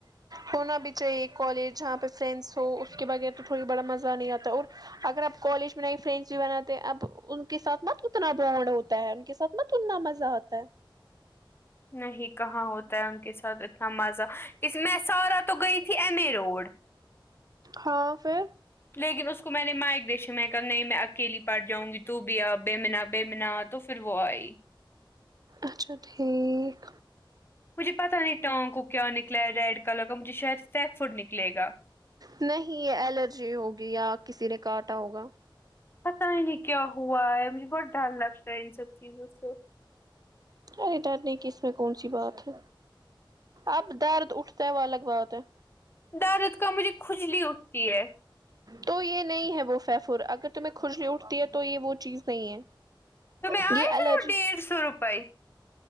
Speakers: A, on the right; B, on the left.
A: ہونا بھی چاہیے کالج جہاں پہ فرینڈس ہو اس کے بغیر تو تھوڑی بڑا مزہ نہیں آتا اور اگر آپ کالج میں نئی فرینڈس بھی بناتے ہیں اب ان کے ساتھ مت اتنا بانڈ ہوتا ان کے ساتھ میں کتنا مزہ آتا ہے
B: نہیں کہاں ہوتا ہے ان کے ساتھ اتنا مزہ اس میں سارا تو گئی تھی ایم اے روڈ
A: ہاں پھیر
B: لیکن اس کو میں نے مائگریشن میں کہا نہیں میں اکیلی پڑ جاؤں گی تو بھی آپ بے منا بے منا تو پھر وہ آئی
A: اچھا ٹھیک
B: مجھے پتا نہیں ٹگ کو کیا نکلا ہے ریڈ کلر کا مجھے شاید فیک فوڈ نکلے گا
A: نہیں یہ الرجی ہوگی یا کسی نے کاٹا ہوگا
B: پتا ہی نہیں کیا ہوا ہے مجھے بہت ڈر لگتا ہے ان سب چیزوں سے
A: ارے ڈر نے کی اس میں کون سی بات ہے اب درد اٹھتا ہے و لگواتے ہے
B: دارد کا مجھے کھجلی اٹھتی ہے
A: تو یہ نہیں ہے وہ فیفر اگر تمہیں کھجلی اٹھتی ہے تو یہ وہ چیز نہیں ہے
B: تو میں
A: یہ
B: آئے
A: ایلرجی
B: پھر وہ ڈیڑھ سو روپئے